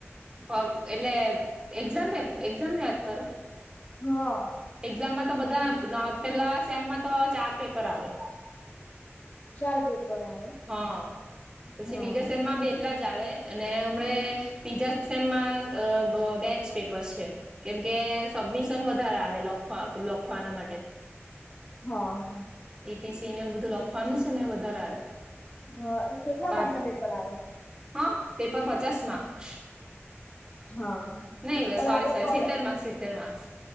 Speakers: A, on the right; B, on the left.
A: પગ એટલે એક્ઝામ કે એક્ઝામ ની વાત કરે
B: હા
A: એક્ઝામમાં તો બધા પેલા સેમમાં તો ચાર પેપર આવે
B: ચાર પેપર આવે
A: હ પછી
B: હા
A: બીજા સમા બ એટલા જ આવે અને હમ તીજામમાં બેચ પેપર છે કેમકે સબમિશન વધારે આવે લખવા લખવાના માટે
B: હા હા
A: ટીસીને એવું બધું લખવાનું છે ને વધારે આવે
B: હા એ કેટલા
A: પાંચ
B: મત ના પેપર આવે
A: હા પેપર પચાસ માર્ક્સ
B: હા
A: નહી બસ
B: પણ
A: સોરી
B: આપડે
A: સોરી
B: કોલ
A: સીતેર માર્ક્સ સિતેર માર્ક્સ